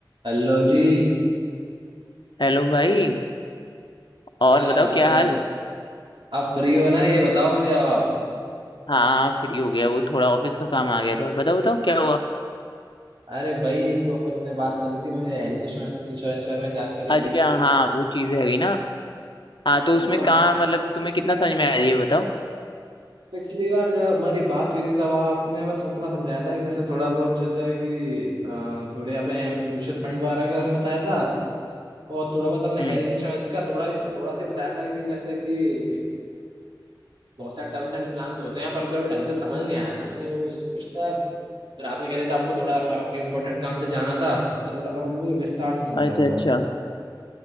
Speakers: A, on the right; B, on the left.
A: Hello जी
B: Hello भाई और
A: क्या
B: बताओ
A: बात
B: क्या
A: है
B: हाल
A: आप फ्री हो ना ये बताओ मुझे अब आप
B: हाँ फ्री हो गया वो थोड़ा ऑफिस का काम आ गया था बताओ बताओ क्या हुआ
A: अरे भाई जो अपन ने बात करी थी मुझे हेल्थ इंश्योरेंस इंश्योरेंस के बारे में जानकारी
B: अच्छा
A: लेनी थी
B: हाँ वो चीज़ है गई ना हाँ तो
A: हाँ
B: उसमें काम मतलब तुम्हें कितना समझ में आया ये बताओ
A: पिछली बार जब हमारी बात हुई थी तब आपने बस उतना समझाया था कि जैसे थोड़ा बहुत जैसे कि अ, थोड़े आपने म्यूचुअल फंड वगैरह के बारे में बताया था और थोड़ा बहुत आपने
B: हम्म
A: हेल्थ इंश्योरेंस का थोड़ा इस- थोड़ा सा बताया था कि जैसे कि बहुत सारे टर्म्स एंड प्लान्स होते हैं पर कोई ढंग से समझ नहीं आया था मुझे वो उस- उसका फिर आपने कह दिया था आपको थोड़ा इम्पोर्टेंट काम से जाना था तो थोड़ा अब मुझे विस्तार से समझाओ
B: अच्छा अच्छा
A: आप